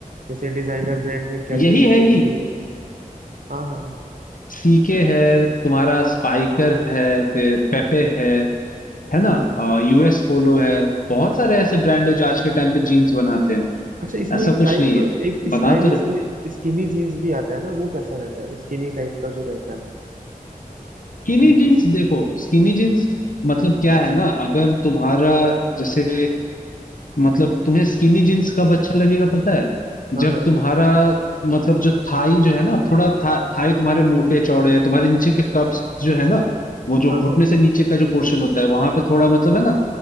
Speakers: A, on the right; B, on the left.
A: जैसे डिजाइनर ब्रांड में कैल्विन
B: यही है
A: क्लेन
B: ही
A: भी है हाँ हाँ
B: सीके है तुम्हारा स्पाइकर है फिर पेपे है है ना
A: हम्म
B: यूएस पोलो है बहुत सारे ऐसे ब्रांड है जो आज के टाइम पे जीन्स बनाते हैं
A: अच्छा इसमें
B: ऐसा
A: एक
B: कुछ
A: टाइप
B: नहीं है
A: एक स्टाइल
B: बना तो रहे
A: इसमें स्किनी जीन्स भी आता है ना वो कैसा रहता है स्किनी टाइप का जो रहता है हाँ
B: स्किनी जीन्स
A: इस-
B: देखो स्किनी जीन्स मतलब क्या है ना अगर तुम्हारा जैसे मतलब तुम्हें स्किनी जीन्स कब अच्छा लगेगा पता है
A: हाँ
B: जब
A: हाँ
B: तुम्हारा मतलब जो थाई जो है ना थोड़ा था, थाई तुम्हारे मोटे चौड़े हैं तुम्हारे नीचे के कप्स जो है ना वो जो
A: हाँ
B: घुटने
A: हाँ,
B: से नीचे का जो पोर्शन होता है वहां पे थोड़ा मतलब है ना